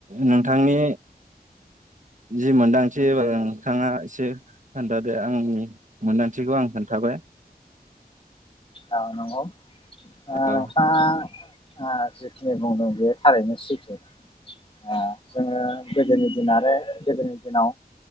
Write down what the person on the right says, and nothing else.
नोंथांनि जि मोनदांथि थि नोंथाङा एसे खोन्थादो आंनि मोन्दांथिखौ आं खोन्थाबाय।
औ